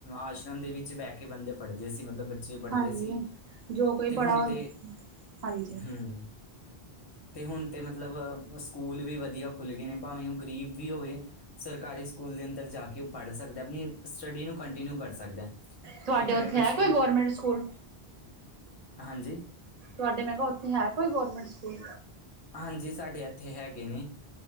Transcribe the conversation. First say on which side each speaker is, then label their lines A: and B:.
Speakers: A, on the left (about 30°); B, on the right (about 45°).
A: ਆਸ਼ਰਮ ਦੇ ਵਿੱਚ ਬੈ ਕੇ ਬੰਦੇ ਪੜ੍ਹਦੇ ਸੀ ਮਤਲਬ ਬ ਚੇ ਪੜਦੇ
B: ਹਾਂਜੀ
A: ਸੀ
B: ਜੋ ਕੋਈ
A: ਤੇ ਹੁਣ
B: ਪੜ੍ਹਾ
A: ਤੇ
B: ਹਾਂਜੀ
A: ਹੂੰ ਤੇ ਹੁਣ ਤੇ ਮਤਲਬ ਸਕੂਲ ਵੀ ਵਧੀਆ ਖੁੱਲ ਗਏ ਨੇ ਭਾਵੇਂ ਉਹ ਗਰੀਬ ਵੀ ਹੋਵੇ ਸਰਕਾਰੀ ਸਕੂਲ ਦੇ ਅੰਦਰ ਜਾ ਕੇ ਉਹ ਪੜ੍ਹ ਸਕਦਾ ਆਪਣੀ ਸਟੱਡੀ ਨੂੰ ਕੰਟੀਨਿਊ ਕਰ ਸਕਦਾ
B: ਤੁਹਾਡੇ
A: ਤੇ ਪ੍ਰਾਈਵੇਟ
B: ਉੱਥੇ ਹੈ
A: ਸਕੂਲ
B: ਕੋਈ ਗੌਰਮੈਂਟ
A: ਦੇ
B: ਸਕੂਲ
A: ਹਾਂਜੀ।
B: ਤੁਹਾਡੇ ਮੈਂ ਕਿਹਾ ਉੱਥੇ ਹੈ ਕੋਈ ਗੌਰਮੈਂਟ ਸਕੂਲ?
A: ਹਾਂਜੀ ਸਾਡੇ ਐਥੇ ਹੇਗੇ ਨੇ